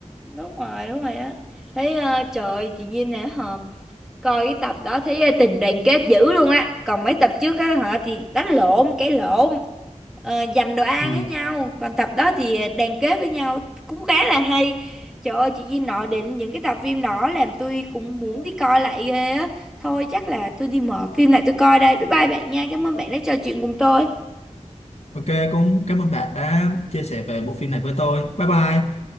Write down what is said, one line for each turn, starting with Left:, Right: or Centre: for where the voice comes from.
Centre: đúng rồi đúng rồi á thấy ờ, trời chị Nhiên nè hả coi cái tập đó thấy ờ, tình đoàn kết dữ luôn á còn mấy tập trước á hả thì đánh lộn cái lộn ờ, dành đồ ăn
Left: Ừ.
Centre: với nhau còn tập đó thì ờ, đoàn kết với nhau cũng khá là hay trời ơi chị Duy nói đến những cái tập phim đó làm tôi cũng muốn đi coi lại ghê á thôi chắc là tôi đi mở phim lại tôi coi đây bye bye bạn nha cảm ơn bạn đã trò chuyện cùng tôi
Left: Ok, cũng cảm ơn bạn đã chia sẻ về bộ phim này với tôi. Bye bye.